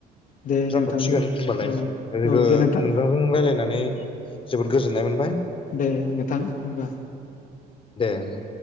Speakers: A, on the left (about 55°); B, on the left (about 30°).
A: दे नोंथांजों
B: जाथ'बसिगोन होमबालाय
A: औ
B: ओ
A: औ
B: गो
A: दे नोंथां
B: नोंथांजों रायलायनानै नै जोबोद गोजोननाय मोनबाय
A: दे नोंथां होमबा
B: दे होमबा